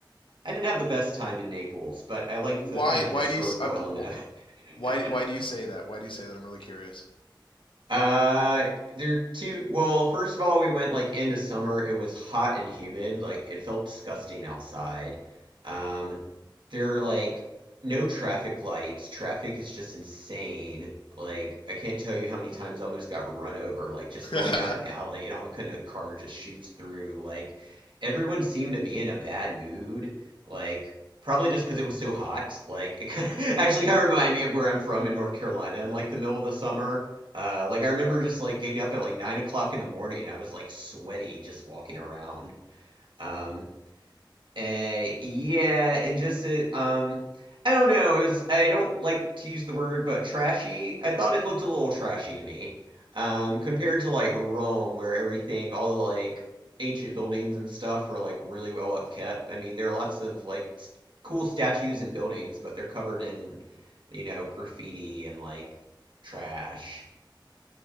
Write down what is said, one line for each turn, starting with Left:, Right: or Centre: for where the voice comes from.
Right: I didn't have the best time in Naples, but I liked
Left: why
Right: the kind of
Left: why
Right: historical
Left: do you s- I'm
Right: element of
Left: why
Right: it.
Left: why
Right: <laughs>
Left: do you say that? Why do you say that? I'm really curious.
Right: Uh, there are two. Well, first of all, we went like into summer. It was hot and humid. Like it felt disgusting outside. Um, there are like no traffic lights. Traffic is just insane. Like I can't tell you how many times I almost got run over. Like just going
Left: <laughs>
Right: down an alley and all of a sudden a car just shoots through. Like everyone seemed to be in a bad mood. Like Probably just because it was so hot. Like it kind of, <laughs> actually kind of reminded me of where I'm from in North Carolina in like the middle of the summer uh, like I remember just like getting up at like nine o'clock in the morning. I was like sweaty just walking around. Um, eh, yeah, and just it, um, I don't know. It was I don't like to use the word, but trashy. I thought it looked a little trashy to me. Um, compared to like Rome, where everything, all the like ancient buildings and stuff were like really well upkept. I mean, there are lots of like s- cool statues and buildings, but they're covered in, you know, graffiti and like trash.